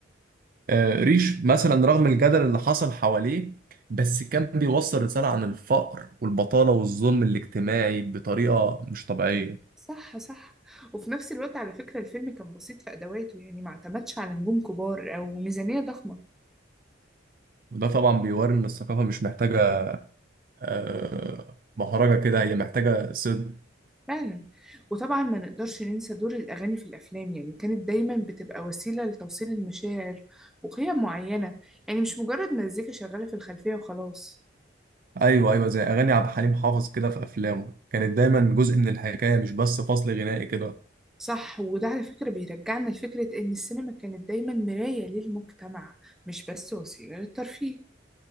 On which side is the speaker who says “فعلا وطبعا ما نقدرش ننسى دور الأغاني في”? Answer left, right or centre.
Centre